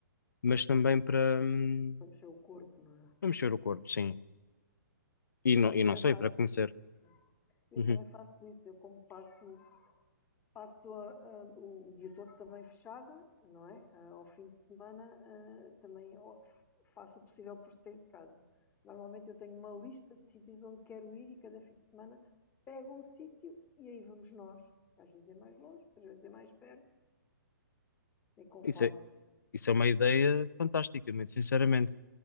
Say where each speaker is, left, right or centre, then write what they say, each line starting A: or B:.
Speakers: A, on the left; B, on the left.
A: mas também para, hum,
B: Para mexer o corpo, não é?
A: para mexer o corpo, sim. E não,
B: Eu
A: e
B: também
A: não só,
B: faço
A: e para conhecer.
B: isso. Eu
A: Uhum.
B: também faço isso. Eu como passo Passo a, ah, o dia todo também fechada, não é? Ah, ao fim de semana, ah, também o- faço o possível por sair de casa. Normalmente eu tenho uma lista de sítios onde quero ir e cada fim de semana pego um sítio e aí vamos nós. Às vezes é mais longe, outras vezes é mais perto, é conforme.
A: Isso é, isso é uma ideia fantástica, muito sinceramente.